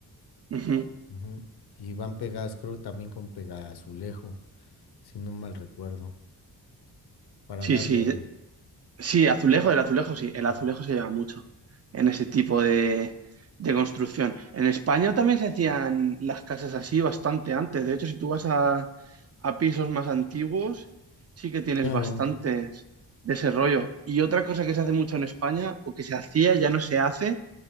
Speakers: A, on the right; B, on the left.
A: Ujú.
B: ujú, Y van pegadas, creo, también con azulejo, si no mal recuerdo. Para
A: Sí,
B: darle.
A: sí. Sí, azulejo, el azulejo sí, el
B: Ujú.
A: azulejo se lleva mucho en ese tipo de, de construcción. En España también se hacían las casas así bastante antes. De hecho, si tú vas a, a pisos más antiguos, sí que tienes
B: Claro.
A: bastantes de ese rollo. Y otra cosa que se hace mucho en España, o que se hacía, ya no se hace,